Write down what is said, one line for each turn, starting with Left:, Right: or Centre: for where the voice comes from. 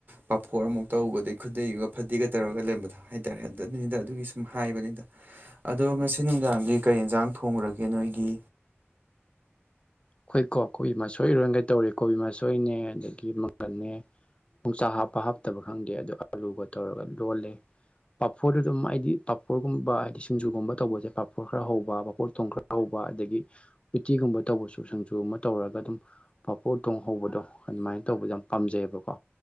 Right: ꯄꯥꯐꯣꯔ ꯑꯃꯨꯛ ꯇꯧ ꯑꯗꯩ ꯈꯨꯗꯩꯒ ꯐꯗꯤꯒ ꯇꯧꯔꯒ ꯂꯩꯔꯝꯕꯗꯣ ꯍꯥꯏꯇꯥꯔꯦ ꯑꯗꯨꯅꯤꯗ ꯑꯗꯨꯒꯤ ꯁꯨꯝ ꯍꯥ ꯍꯥꯏꯕꯅꯤꯗ ꯑꯗꯣ ꯉꯁꯤ ꯅꯨꯡꯗꯥꯡꯗꯤ ꯀꯔꯤ ꯑꯦꯟꯖꯥꯡ ꯊꯣꯡꯉꯨꯔꯒꯦ ꯅꯣꯏꯒꯤ
Left: ꯈꯣꯏꯀꯣ ꯀꯣꯕꯤ ꯃꯁꯣꯏ ꯏꯔꯣꯟꯒꯦ ꯇꯧꯔꯤ ꯀꯣꯕꯤ ꯃꯁꯣꯏꯅꯦ ꯑꯗꯒꯤ ꯃꯪꯒꯟꯅꯦ ꯌꯣꯡꯆꯥ ꯍꯥꯞꯄ ꯍꯥꯞꯇꯕ ꯈꯪꯗꯦ ꯑꯗꯨ ꯑꯥꯂꯨꯒ ꯇꯧꯔꯒ ꯂꯣꯜꯂꯦ ꯄꯥꯐꯣꯔꯗꯨꯗꯨꯝ ꯑꯩꯗꯤ ꯄꯥꯐꯣꯔꯒꯨꯝꯕ ꯍꯥꯏꯗꯤ ꯁꯤꯡꯖꯨꯒꯨꯝꯕ ꯇꯧꯕꯖꯦ ꯄꯥꯐꯣꯔ ꯈꯔ ꯍꯧꯕ ꯄꯥꯐꯣꯔ ꯎꯇꯣꯡ ꯈꯔ ꯍꯧꯕ ꯑꯗꯒꯤ ꯎꯇꯤꯒꯨꯝꯕ ꯇꯧꯕꯁꯨ ꯁꯤꯡꯖꯨ ꯑꯃ ꯇꯧꯔꯒ ꯑꯗꯨꯝ ꯄꯐꯣꯔ ꯎꯇꯣꯡ ꯍꯧꯕꯗꯣ ꯑꯗꯨꯃꯥꯏ ꯇꯧꯕꯖꯦ ꯌꯥꯝ ꯄꯥꯝꯖꯩꯑꯕꯀꯣ